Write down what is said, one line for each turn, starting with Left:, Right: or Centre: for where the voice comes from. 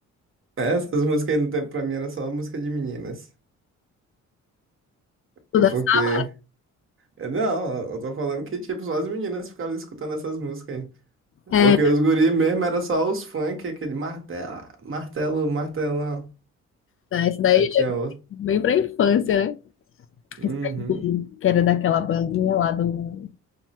Right: É, Essas músicas não tem pra mim era só música de meninas.
Left: Tu
Right: É
Left: dança-
Right: Porque. é, Não, eu tô falando que, tipo, só as meninas ficavam escutando essas músicas aí. É
Left: É,
Right: Porque os guri mesmo era só os funk, aquele martelo, martelo, martelão.
Left: tá, essa daí
Right: Aí
Left: é
Right: tinha outro.
Left: bem pra infância, né?
Right: Uhum.
Left: Essa aí, que era daquela bandinha lá do.